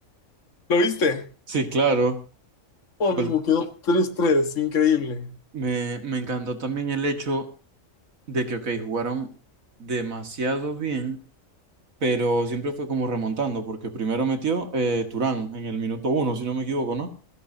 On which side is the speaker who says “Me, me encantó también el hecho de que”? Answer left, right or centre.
Right